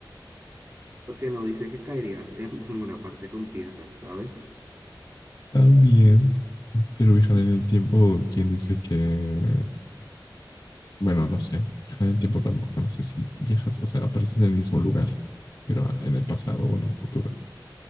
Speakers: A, on the right; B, on the left.
A: porque no dice que caerías en <laughs> una parte con tierra, ¿sabes?
B: <laughs> también. Pero viajar en el tiempo, ¿quién dice que, bueno, no sé, viajar en el tiempo tampoco, no sé si viajas, o sea, apareces en el mismo lugar, pero ah, en el pasado o en el futuro.